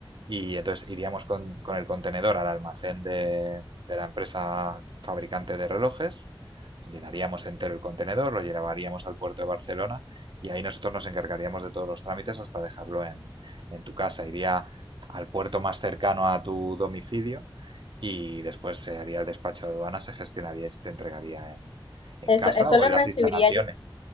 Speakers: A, on the right; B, on the left.
A: y entonces iríamos con, con el contenedor al almacén de, de la empresa fabricante de relojes, llenaríamos entero el contenedor, lo llevaríamos al puerto de Barcelona y ahí nosotros nos encargaríamos de todos los trámites hasta dejarlo en, en tu casa. Iría al puerto más cercano a tu domicilio y después se haría el despacho de aduanas se gestionaría y se te entregaría en, en
B: Eso,
A: casa
B: eso
A: o
B: lo
A: en
B: recibiría
A: las instalaciones
B: yo,